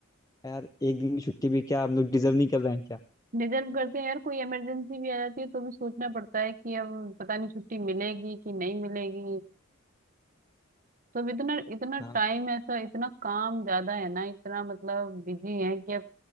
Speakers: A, on the left (about 15°); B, on the right (about 40°).
A: यार एक दिन की छुट्टी भी क्या हम लोग डिजर्व नहीं कर रहे हैं
B: रिजर्व करते हैं यार कोई इमरजेंसी भी आ जाती है तो भी सोचना पड़ता है कि अब पता नहीं छुट्टी मिलेगी कि नहीं मिलेगी तो अब इतना इतना
A: क्या
B: टाइम ऐसा इतना काम ज्यादा है ना इतना मतलब बिजी है कि अब